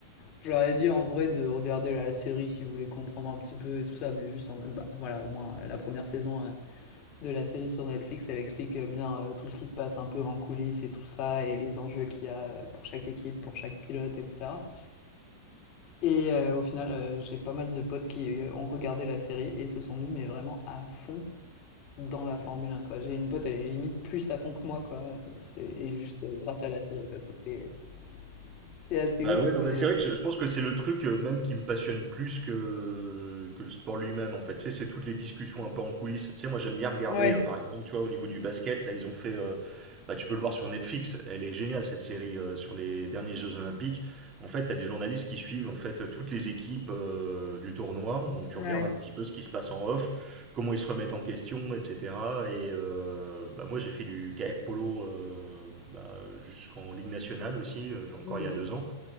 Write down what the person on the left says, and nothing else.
Je leur ai dit en vrai de regarder la série si vous voulez comprendre un petit peu et tout ça, mais juste en mode, bah voilà, au moins euh, la première saison. euh, de la série sur Netflix. Elle explique bien euh, tout ce qui se passe un peu en coulisses et tout ça, et les enjeux qu'il y a euh, pour chaque équipe, pour chaque pilote, etc. Et euh, au final, euh, j'ai pas mal de potes qui euh, ont regardé la série et se sont mis mais vraiment à fond dans la Formule 1. Quoi. J'ai une pote, elle est limite plus à fond que moi, quoi. C'est, et juste euh, grâce à la série, quoi. Ça, c'est, c'est assez
ouf,
mais...
Ouais,
ouais,
ouais,